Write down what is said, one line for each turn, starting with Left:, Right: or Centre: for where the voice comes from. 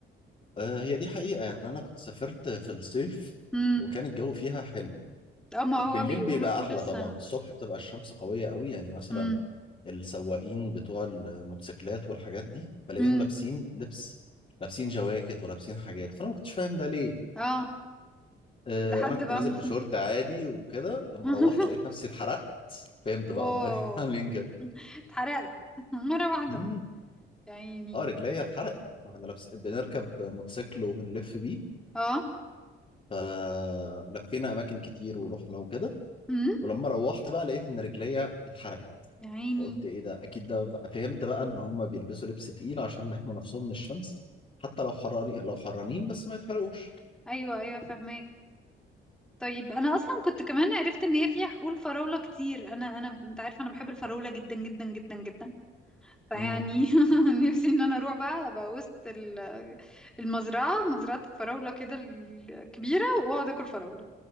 Left: آه هي دي حقيقة يعني أنا كنت سافرت في الصيف
Centre: امم
Left: وكان الجو فيها حلو
Centre: اه ما
Left: بالليل
Centre: هو بيقولوا
Left: بيبقى
Centre: طول
Left: احلى
Centre: السنه
Left: طبعا الصبح بتبقى الشمس قوية قوي يعني مثلا
Centre: امم
Left: السواقين بتوع الموتوسيكلات والحاجات دي بلاقيهم
Centre: امم
Left: لابسين لبس لابسين جواكت ولابسين حاجات فانا ما كنتش فاهم ده ليه
Centre: اه
Left: آه،
Centre: لحد
Left: انا كنت
Centre: بقى
Left: نازل
Centre: ما-
Left: بشورت عادي وكده لما
Centre: <laughs>
Left: روحت لقيت نفسي اتحرقت فهمت بقى
Centre: واو
Left: هم ليه <laughs> عاملين كده
Centre: اتحرقت مره واحده
Left: امم
Centre: يا عيني
Left: اه رجليا اتحرقت احنا كنا لابسين بنركب موتوسيكل وبنلف بيه
Centre: اه
Left: فلفينا اماكن كتير ورحنا وكده
Centre: امم
Left: ولما روحت بقى لقيت ان رجليا اتحرقت
Centre: يا عيني
Left: فقلت ايه ده اكيد ده بقى- فهمت بقى ان هم بيلبسوا لبس تقيل عشان يحموا نفسهم من الشمس حتى لو حراري لو حرانين بس ما يتحرقوش
Centre: ايوه ايوه فهماك طيب انا اصلا كنت كمان عرفت ان هي فيها حقول فراولة كتير انا انا انت عارف انا بحب الفراولة جدا جدا جدا جدا فيعني
Left: امم
Centre: <laughs> نفسي ان انا اروح بقى ابقى وسط ال- المزرعة مزرعة الفراولة كده الكبيرة واقعد اكل فراولة